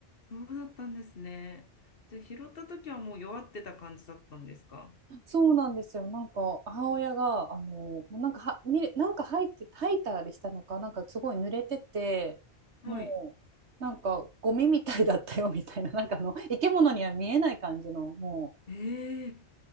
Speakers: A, on the left; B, on the right.
A: そうだったんですね。じゃあ、拾った時はもう弱ってた感じだったんですか
B: そうなんですよ。なんか母親があのもうなんかは見れなんか入って吐いたりしたのかなんかすごい濡れててもうなんかゴミみたいだったよみたいななんかあの生き物には見えない感じのも
A: はい。ええ